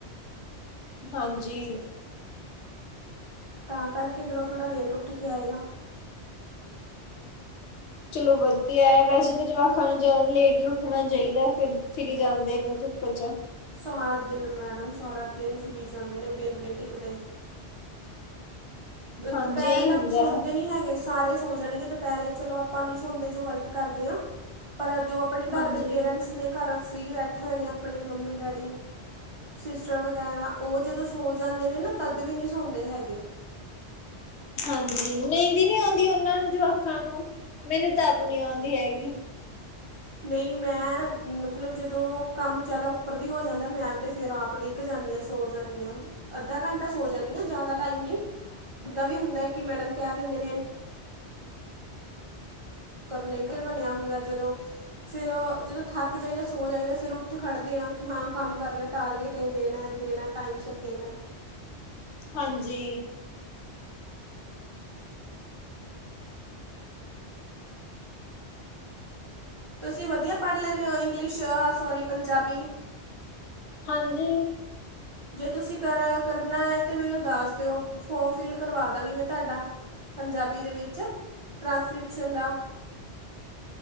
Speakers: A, on the left; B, on the right.
A: ਹਾਂਜੀ।
B: ਤਾਂ ਕਰਕੇ ਫਿਰ ਉਹ ਥੋੜ੍ਹਾ ਲੇਟ ਉੱਠ ਕੇ ਆਏਗਾ।
A: ਚਲੋ ਵਧੀਆ ਐ, ਵੈਸੇ ਤਾਂ ਜਵਾਕਾਂ ਨੂੰ ਜਾ ਲੇਟ ਹੀ ਉੱਠਣਾ ਚਾਹੀਦਾ ਫਿਰ ਫਿਰੀ ਜਾਂਦੇ ਨੇ ਧੁੱਪ ਚ।
B: ਸਾਰਾ ਦਿਨ ਮੈਡਮ, ਸਾਰਾ ਦਿਨ ਫਿਰੀ ਜਾਂਦੇ ਨੇ ਬਿੰਦ ਨਹੀਂ ਟਿੱਕਦੇ। ਏ
A: ਹਾਂਜੀ
B: ਦੁਪਹਿਰੇ
A: ਇਹੀ ਹੁੰਦਾ
B: ਤੱਕ ਸੌਦੇ ਨੀ ਹੈਗੇ ਸ ਸਾਰੇ ਸੋ ਜਾਣਗੇ ਦੁਪਹਿਰੇ ਚਲੋ ਆਪਾਂ ਨੀ ਸੋਦੇ ਜੇ ਵਰਕ ਕਰਦੇ ਆ, ਪਰ ਜੋ ਆਪਣੇ
A: ਹਾਂਜੀ।
B: ਘਰ ਦੇ ਪੇਰੈਂਟਸ ਨੇ ਘਰ ਫਰੀ ਬੈਠੇ ਹੋਏ ਨੇ ਆਪਣੇ ਮੰਮੀ ਡੈਡੀ। ਸਿਸਟਰ ਵਗੈਰਾ ਉਹ ਜਦੋਂ ਸੋ ਜਾਂਦੇ ਨੇ ਨਾ ਤਦ ਵੀ ਨੀ ਸੌਂਦੇ ਹੈਗੇ।
A: ਹਾਂਜੀ ਨਦੀ ਨੀ ਆਉਂਦੀ ਉਹਨਾਂ ਨੂੰ ਜਵਾਕਾ ਨੂੰ ਮੈਨੂੰ ਤਾਂ ਆਪਣੀ ਆਉਂਦੀ ਹੈਗੀ।
B: ਨੀ ਮੈਂ ਮਤਲਬ ਜਦੋਂ ਕੰਮ ਜ਼ਿਆਦਾ ਉੱਪਰ ਦੀ ਹੋ ਜਾਂਦਾ ਮੈਂ ਤਾਂ ਫਿਰ ਆਪ ਡਿਗ -ਗ ਜਾਂਦੀ ਆ, ਸੌ ਜਾਂਦੀ ਆ, ਅੱਧਾ ਘੰਟਾ ਸੌ ਜਾਂਦੀ ਆ ਜਿਆਦਾ ਟਾਈਮ ਨੀ। ਇੱਦਾਂ ਵੀ ਹੁੰਦਾ ਹੈ ਕਿ ਮੈਡਮ ਕਹਿ ਦਿੰਦੇ ਨੇ ਏਹਨੂੰ ਕਰਨੇ ਕਰ ਬਣਿਆ ਹੁੰਦਾ ਜਦੋਂ ਫੇਰ ਜਦੋਂ ਥੱਕ ਜਾਈਦਾ ਸੌ ਜਾਈਦਾ ਫੇਰ ਉੱਠ ਖੜ੍ਹਦੇ ਹਾਂ ਕਿ ਹਾਂ ਕੰਮ ਕਰਨਾ। ਟਾਰਗੇਟ ਇਹ ਦੇਣਾ-ਦੇਣਾ ਟਾਈਮ ਸਿਰ ਦੇਣਾ।
A: ਹਾਂਜੀ।
B: ਤੁਸੀਂ ਵਧੀਆ ਪੜ੍ਹ ਲੈਂਦੇ ਹੋ ਇੰਗਲਿਸ਼ ਐ ਸੋਰੀ ਪੰਜਾਬੀ?
A: ਹਾਂਜੀ।
B: ਜੇ ਤੁਸੀਂ ਕਾਰਾ ਕਰਨਾ ਐ, ਤਾਂ ਮੈਨੂੰ ਦੱਸ ਦਿਓ ਫੋਰਮ ਫਿਲ ਕਰਵਾ ਦਾਂਗੀ ਮੈਂ ਤੁਹਾਡਾ। ਪੰਜਾਬੀ ਦੇ ਵਿੱਚ ਟ੍ਰਾਂਸਕ੍ਰਿਪਸ਼ਨ ਦਾ